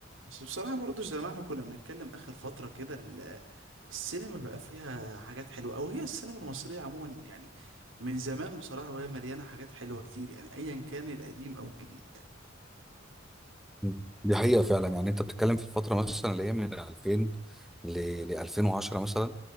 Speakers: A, on the right (about 80°); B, in the centre.
A: بس بصراحة برضو زي ما احنا كنا بنتكلم آخر فترة كده ال- السينما بقى فيها حاجات حلوة أو هي السينما المصرية عموما يعني من زمان بصراحة وهي مليانة حاجات حلوة كتير يعني أيا كان القديم أو الجديد
B: مم. دي حقيقة فعلا يعني انت بتتكلم في الفترة مثلا اللي هي من 2000 ل ل 2010 مثلا